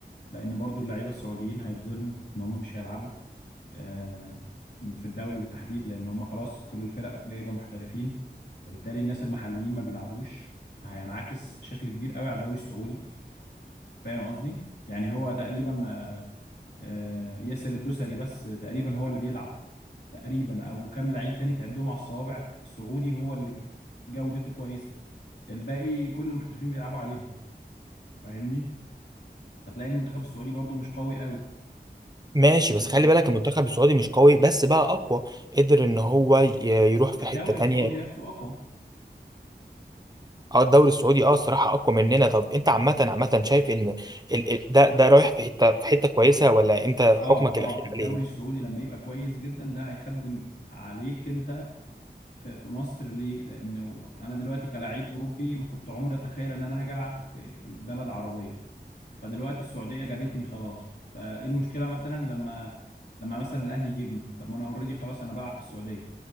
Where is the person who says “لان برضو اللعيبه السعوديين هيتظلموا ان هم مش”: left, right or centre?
Left